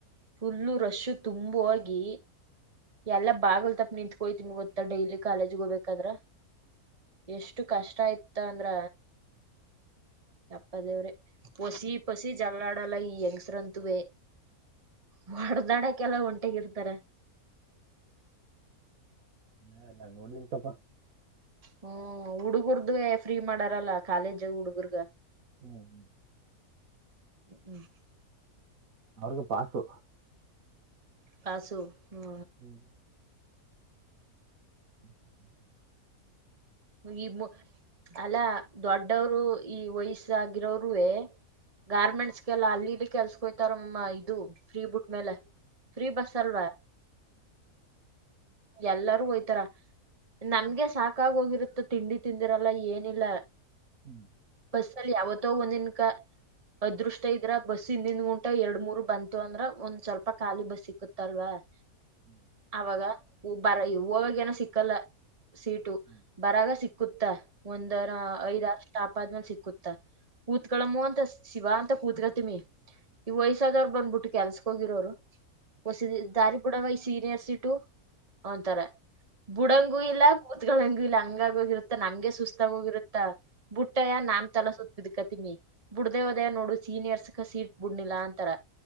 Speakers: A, on the right; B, on the right.
A: ಫುಲ್ಲು ರಶ್ಶು ತುಂಬೋಗಿ ಎಲ್ಲ ಬಾಗಲ್ ತಪ್ಪ ನಿಂತತ್ಕೋ್ತೀನ ಗತ್ತಾ ಡೈಲಿ ಕಾಲಜಗ ಹೋಗಬೇಕು ಗದ್ರ ಎಷ್ಟು ಕಷ್ಟ ಆಯತ ಅಂದ್ರ ಅಪ್ಪ ದೇವ್ರೆ ಪಸಿ ಪಸಿ ಜಗಳಾಡಲ್ಲ ಈ ಹೆಂಗ್ಸ್ರಂತುವೇ ಹೊಡ್ದಾಡಕ ಎಲ್ಲ ಒಂಟೆಗ ಇರ್ತಾರ
B: ಹಾ ನಾನ್ ನೋಡಿಂತಪ್ಪ
A: ಹ್ಮ ಹುಡುಗರ್ದು ಫ್ರೀ ಮಾಡಾರಲ್ಲ ಕಾಲೇಜಾಗ ಹುಡುಗರ್ಗ
B: ಹ್ಮ್ ಹ್ಮ್
A: ಹ್ಮ್ ಹ್ಮ್
B: ಅವಡುಿಗೆ ಪಾಸು
A: ಪಾಸು ಹ್ಞ
B: <inaudible> ಹ್ಞ ಹ್ಞ
A: ಈ ಅಲ್ಲಾ ದೊಡ್ಡವರು ಈ ವಯಸ್ಸಾಗಿರೋರುೇ ಗಾರ್ಮೆಂಟ್ಸ್ಗೆಲ್ಲ ಅಲ್ಲಿಿದ್ದ ಕೆಲ್ಸಕೋಯ್ತಾರಮ್ಮ ಇದು ಫ್ರೀ ಬುಟ್ ಮೇಲೆ ಫ್ರೀ ಬಸ್ ಅಲ್ವಾ ಎಲ್ಲಾರೂ ಹೋಯ್ತಾರ ನಮ್ಗೆ ಸಾಕಾಗ ಹೋಗಿರುತ್ತ ಮ ತಿಂಡಿ ತಿಂದಿರಲ್ಲ ಏನಿಲ್ಲ
B: ಹ್ಞ
A: ಬಸ್ಸ ಅಲ್ಲಿ ಯಾವತ್ತೋ ಒಂದಿನ ಕ ಅದೃಷ್ಟ ಇದ್ರ ಬಸ್ ಹಿಂದಿಂದ ಗುಂಟ ಎರಡ್ ಮೂರ್ ಬಂತು ಅಂದ್ರ ಒಂದ್ ಸ್ವಲ್ಪ ಖಾಲಿ ಬಸ್ ಸಿಕ್ಕತ್ತಲ್ವಾ <inaudible>
B: <inaudible>
A: ಅವಾಗ ಹೂ ಹೋಗವಾಗ ಏನೋ ಸಿಕ್ಕಲ್ಲ ಸೀಟು
B: <inaudible>
A: ಬರಾಗ ಸಿಕ್ಕುತ್ತ ಒಂದರ ಐದಾರ ್ಟಾಪ ಆದ್ಮೇಲೆ ಸಿಕ್ಕುತ್ತ ಕೂತ್ಕಳಮ್ಮ ಅಂತ ಶಿವ ಅಂತ ಕೂತ್ಗ ತಿಮ್ಮಿ ಈ ವಯಸ್ಸಾದವ್ರು ಬಂದ್ಬಿಟ್ಟು ಕೆಲ್ಸಕ್ ಹೋಗಿರೋರು ಹೊಸಿದ ದಾರಿಪುಡವ ಈ ಸೀನಿಯರ್ಸ ಇಟು ಅಂತರ ಬುಡಂಗೂ ಇಲ್ಲ ಕೂತ್ಗಳಂಗೂ ಇಲ್ಲ ಹಂಗಗೋಗಿರತ್ತ ನಮ್ಗೆ ಸುಸ್ತಾಗೋಗಿರತ್ತ ಬುಟ್ಟಯ್ಯ ನಾಮ್ ತಲಸುತ್ತೆ ಇ್ ಕತಿಮಿ ಬಿಡ್ದೇ ಹೋದೇ ನೋಡು ಸೀನಿಯರ್ಸ್ ಸೀಟ್ ಬಿಡ್ನಿಲ್ಲಾ ಅಂತಾರ